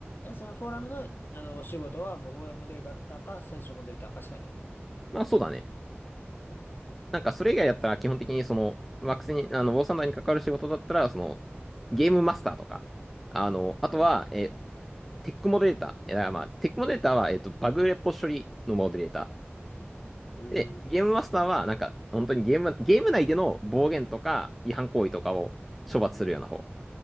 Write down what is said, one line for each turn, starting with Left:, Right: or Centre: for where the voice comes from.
Left: え、そのフォーラムの、あの、お仕事は、もうフォーラムモデルだったか、最初モデルだったかしかいない。
Centre: まあそうだね。
Left: はい。
Centre: なんかそれ以外だったら基本的にその、ワックスに、あの、ウォーサンダーに関わる仕事だったら、その、ゲームマスターとか、あの、あとは、
Left: あ、えー
Centre: えー、テックモデレーター。えー、だからまあ、テックモデレーターは、えっと、バグレポ処理のモデレータ
Left: えー、
Centre: ー。で、ゲームマスターは、なんか、本当にゲーム、ゲーム内での暴言とか違反行為とかを処罰するような方。